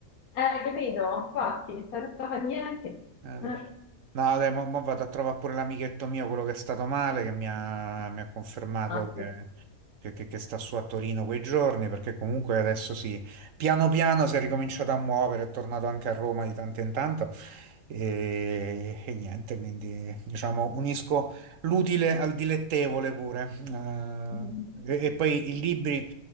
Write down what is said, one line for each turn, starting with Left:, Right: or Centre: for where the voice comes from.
Left: eh, capito? Infatti, senza fare niente.
Right: Eh,
Left: Eh.
Right: sì. No, dai, mo, mo vado a trovare pure l'amichetto mio, quello che è stato male, che mi ha, mi ha confermato
Left: Ah,
Right: che,
Left: sì.
Right: che- che- che sta su a Torino quei giorni, perché comunque adesso sì, piano piano si è ricominciato a muovere, è tornato anche a Roma di tanto in tanto e, e niente, quindi diciamo unisco l'utile al dilettevole pure. Eh,
Left: <laughs>
Right: e, e poi i libri